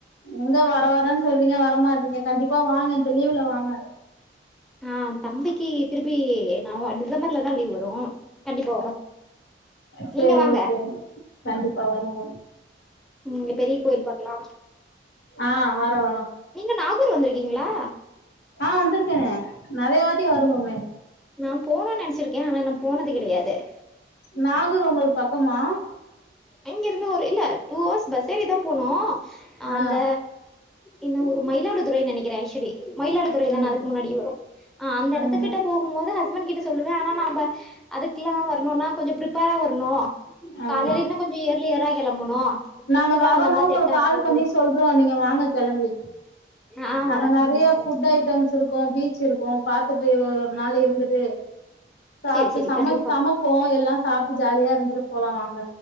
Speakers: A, on the left; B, in the centre.
A: எங்க வர வரேன் சொல்றீங்க வரமாட்றீங்க கண்டிப்பா வாங்க இந்த லீவு்ல வாங்க
B: ஆ தம்பிக்கு திருப்பி நா டிசம்பர்ல தா லீவ் வரு கண்டிப்பா வரோ
A: சேரி
B: நீங்க வாங்க
A: ஓகே கண்டிப்பா வருவ
B: இங்க பெரிய கோவில் பாக்கலாம்
A: ஆ வரோ வரோ
B: நீங்க நாகூர் வந்திருக்கீங்ளா
A: ஆ வந்தேருக்கன நெறைய வாட்டி வருவோம
B: நானன போணுன் நெனச்சிருக்க ஆனா இன்னு போனது கிடையாது
A: நாகூர் உங்களுக்கு பக்கமா
B: இங்கிருந்து ஒரு இல்ல டூ அவர்ஸ் பஸ் ஏறி தா போனு அந்த
A: ஆ
B: என்ன ஊரு மயிலாடுதுறை நெனைக்கிற ஆச்சுவலி மயிலாடுதுறை
A: ம்
B: தான அதுக்கு முன்னாடி வரு அந்த
A: ம்
B: எடத்த கிட்ட போகும் போது ஹஸ்பண்ட் கிட்ட சொல்லுவ ஆனா ந அதுக்குலா வரணுனா கொஞ்சோ பிரிப்பரா வரணு
A: ஆமா
B: காலையிலன்னா இயர்லியரா கெளம்பணு
A: நாங்க வரோனா
B: வந்தோம்னா
A: உங்களுக்கு
B: செட் ஆகாது
A: கால் பண்ணி சொல்றோ நீங்க வாங்க கெளம்பி
B: ஆ
A: அங்க
B: வரே
A: நறைய
B: சிஸ்டர்
A: ஃபுட் ஐட்டம்ஸ் இருக்கு பீச் இருக்கு பாத்துட்டு நாள் இருந்துட்டு சாப்ட்
B: சேரி சேரி
A: சம
B: கண்டிப்பா
A: சமப்போ எல்லா சாப்ட்டு ஜாலியா இருந்திட்டு போலா வாங்க